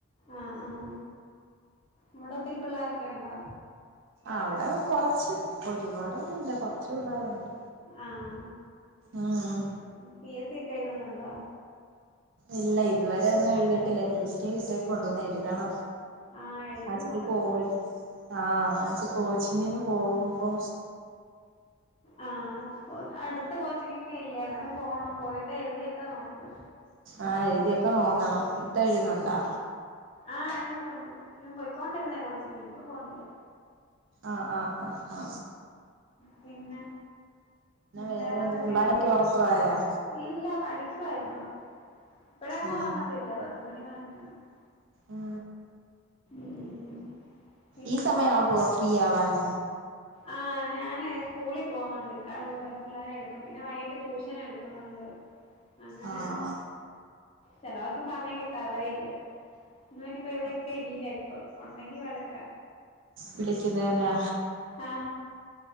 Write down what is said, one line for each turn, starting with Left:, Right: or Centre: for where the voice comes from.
Left: ആഹ ആഹ അവിടെ ഒത്തിരി പിള്ളോരൊക്കെ ഉണ്ടോ
Right: അവിടെ കൊറച്ച് ഒരുപാടൊന്നുംല്ല കൊറച്ച് പിള്ളേരുണ്ട്
Left: ആഹ
Right: ഉം
Left: പി എസ് സ ഒക്കെ എഴുതുന്നുണ്ടോ
Right: ഇല്ല ഇതുവരെ ഒന്നും എഴുതിയിട്ടില്ല രജിസ്റ്റർ ചെയ്തിട്ടേ കൊണ്ടുവന്ന എഴുതണം
Left: ആ എഴുതി
Right: ആച്ചിട്ട
Left: നോക്കണം
Right: പോ ആഹ ആച്ച കോച്ചിങ്ങിന് പോകുമ്പോ
Left: ആഹ അടുത്ത കോച്ചിങ്ങ ഒക്കെ ഇല്ലേ അന്നേരം പോണം പോയിട്ട് എഴുതിയൊക്കെ നോക്ക്
Right: ആഹ എഴുതിയൊക്കെ നോക്കണം ഇത്ത എഴുുന്നുണ്ടാ
Left: ആഹ് ആരുന്നുുന്നുണ്ട് ഇഞൻ പോൊയിക്കൊണ്ടിരുന്നേ കോച്ചിങ്ങിനി ഇപ്പോ പോുന്നില്ല
Right: ആ ആ അ ആ
Left: പിന്നെ
Right: വേറെ
Left: വേറെന്തൊക്കെ
Right: എന്ത് പിള്ളോരൊക്കെ ഉറക്കവായാ
Left: ഇല്ല പഠ ായിരുന്നു ഇപ്പഴേങ്ങും
Right: ഉം
Left: ഉറങ്ങത്തില്ല പത്തുമണി പതിന മണിയൊക്കെ
Right: ഉ
Left: ഉം പിന്നെ
Right: ഈ സമയ ആു അ ഫ്രീ ആവാന്ന്
Left: ആ് ഞാന് സ്കൂളിൽ പോകുന്നുണ്ട് ഇക്കാടെ കൂടെ പിള്ളേരെ എടുക്കും പിന്നെ വൈകിട്ട് ട്യൂഷൻ എടുക്കുന്നുണ്ട് അങ്ങനെ
Right: ആഹ്
Left: ചല ദസം സമയം കിട്ടാറേ ഇല്ല ഇന്ന്നിപ്പോ ഇവിടെൊക്കെ ഇല്ല ഇപ്പൊ ഉണ്ടെങ്കി വഴക്ക
Right: വിളിക്കുന്നേനാ
Left: ആ